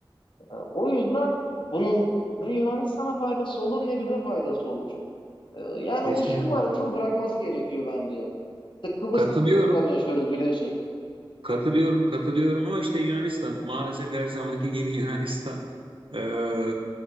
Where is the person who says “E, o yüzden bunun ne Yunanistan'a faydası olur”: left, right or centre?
Left